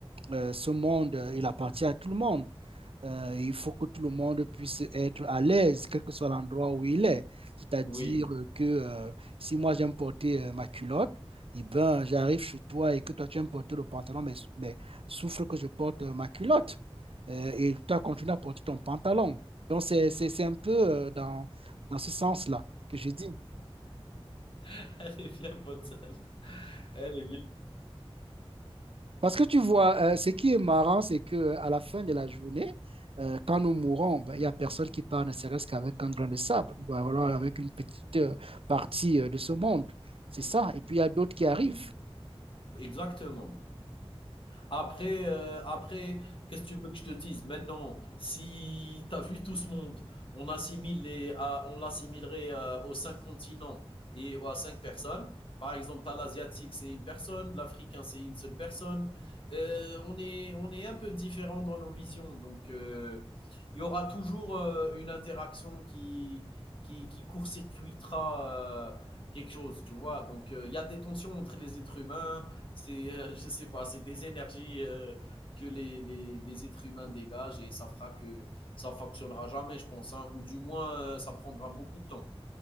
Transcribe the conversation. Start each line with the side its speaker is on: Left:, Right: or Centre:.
Right: euh, ce monde, euh, il appartient à tout le monde. Euh, il faut que tout le monde puisse être à l'aise, quel que soit l'endroit où il est. C'est-à-dire
Left: oui.
Right: euh, que euh, si moi j'aime porter euh, ma culotte, eh ben, j'arrive chez toi et que toi tu aimes porter le pantalon, mais, mais souffre que je porte euh, ma culotte Euh, et toi continue à porter ton pantalon. Donc c'est c'est- c'est un peu euh, dans, dans ce sens-là que je dis.
Left: <laughs> Elle est bien bonne celle. Elle est bien.
Right: Parce que tu vois, euh, ce qui est marrant, c'est que euh, à la fin de la journée, euh, quand nous mourons, ben, il n'y a personne qui part, ne serait-ce qu'avec un grain de sable, ou alors avec une petite euh, partie euh, de ce monde. C'est ça. Et puis, il y a d'autres qui arrivent.
Left: Oui, exactement. Après, euh, après, qu'est-ce que tu veux que je te dise? Maintenant, si tu as vu tout ce monde, on assimile les, à- on l'assimilerait euh, aux cinq continents et aux- à cinq personnes. Par exemple, t'as l'asiatique, c'est une personne, l'africain, c'est une seule personne. Euh, on est, on est un peu différent dans nos visions, donc euh, il y aura toujours euh, une interaction qui, qui, qui court-circuitera euh, quelque chose, tu vois. Donc, euh, il y a des tensions entre les êtres humains. C'est, euh, je sais pas, c'est des énergies euh, que les, les, les êtres humains dégagent et ça fera que ça fonctionnera jamais, je pense, hein, ou du moins euh, ça prendra beaucoup de temps.